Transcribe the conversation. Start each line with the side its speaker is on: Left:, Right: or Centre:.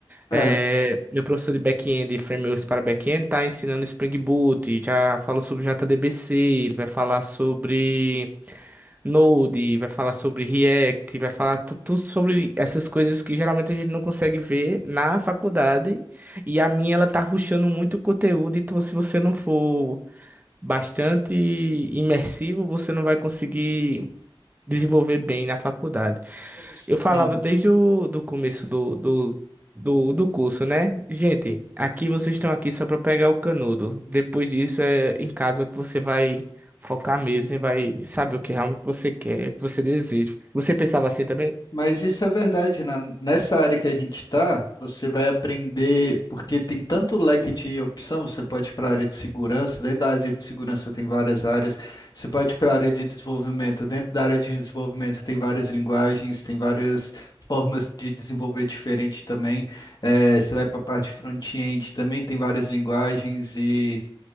Left: é.
Right: É, Meu professor de back-end e frameworks para back-end tá ensinando Spring Boot, já falou sobre JDBC, ele vai falar sobre. Node, vai falar sobre React, vai falar tu- tudo sobre essas coisas que geralmente a gente não consegue ver na faculdade. E a minha, ela tá rushando muito o conteúdo, então se você não for bastante imersivo, você não vai conseguir desenvolver bem na faculdade.
Left: Sim.
Right: Eu falava desde o do começo do, do, do, do curso, né? Gente, aqui vocês estão aqui só para pegar o canudo. Depois disso é em casa que você vai focar mesmo e vai saber o que realmente você quer, o que você deseja. Você pensava assim também?
Left: Mas isso é verdade, né? Nessa área que a gente está, você vai aprender, porque tem tanto leque de opção, você pode ir para a área de segurança, dentro da área de segurança tem várias áreas, você pode ir para a área de desenvolvimento, dentro da área de desenvolvimento tem várias linguagens, tem várias formas de desenvolver diferente também, Eh, você vai para a parte front-end, também tem várias linguagens e